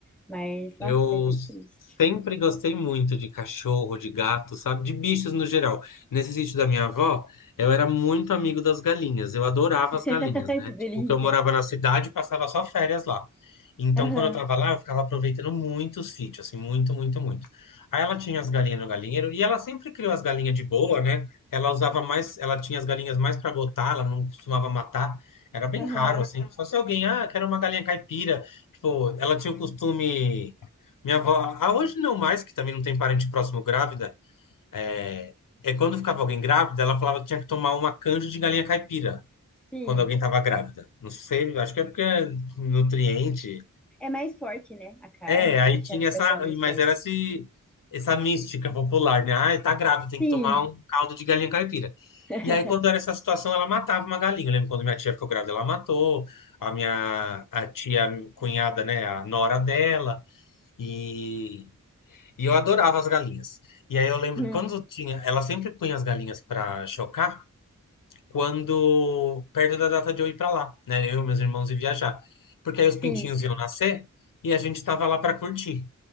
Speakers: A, in the centre; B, on the left.
A: Mas, nossa,
B: Eu
A: foi bem triste.
B: sempre gostei muito de cachorro, de gato, sabe? De bichos no geral. Nesse sítio da minha avó, eu era muito amigo das galinhas. Eu adorava
A: <laughs>
B: as galinhas, né?
A: Que delícia.
B: Tipo, que eu morava na cidade e passava só férias lá. Então,
A: Aham,
B: quando eu tava lá, eu ficava aproveitando muito o sítio, assim, muito, muito, muito. Aí ela tinha as galinhas no galinheiro e ela sempre criou as galinhas de boa, né? Ela usava mais, ela tinha as galinhas mais para botar, ela não costumava matar. Era bem
A: aham.
B: raro, assim. Só se alguém, ah, quero uma galinha caipira. Tipo, ela tinha o costume. Minha avó, ah, hoje não mais, que também não tem parente próximo grávida, é, é quando ficava alguém grávida, ela falava que tinha que tomar uma canja de galinha caipira
A: Sim.
B: quando alguém tava grávida. Não sei, acho que é porque é nutriente,
A: É mais forte, né? A carne
B: é, aí
A: deixa
B: tinha
A: a pessoa
B: essa,
A: mais
B: mas
A: forte.
B: era esse, essa mística popular, né? Ah, tá grávida, tem
A: Sim.
B: que tomar um caldo de galinha caipira.
A: <laughs>
B: E aí, quando era essa situação, ela matava uma galinha. Eu lembro quando minha tia ficou grávida, ela matou. A minha a tia cunhada, né? A nora dela. E, e eu adorava as galinhas. E aí eu lembro
A: Hum,
B: que quando tinha. Ela sempre punha as galinhas pra chocar quando perto da data de eu ir pra lá, né? Eu e meus irmãos ir viajar. Porque aí os
A: Sim.
B: pintinhos iam nascer e a gente tava lá pra curtir.